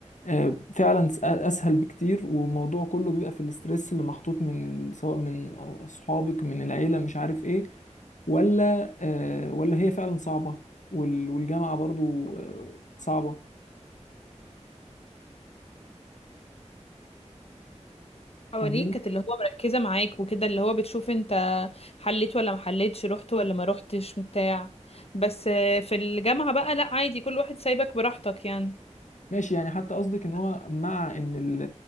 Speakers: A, on the left; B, on the left.
A: آه فعلا س- اسهل بكتير والموضوع كله بيبقى في الاسترس اللي محطوط من ال- سواء من اصحابك من العيلة مش عارف ايه ولا آه ولا هي فعلا صعبة وال- والجامعة برضو آه صعبة
B: حواليك
A: فاهماني
B: كانت اللي هو مركزة معاك وكده اللي هو بتشوف انت حليت ولا ما حليتش رحت ولا ما رحتش بتاع بس آه، في الجامعة بقى لا عادي كل واحد سايبك براحتك يعني
A: ماشي يعني حتى قصدك ان هو مع ان ال-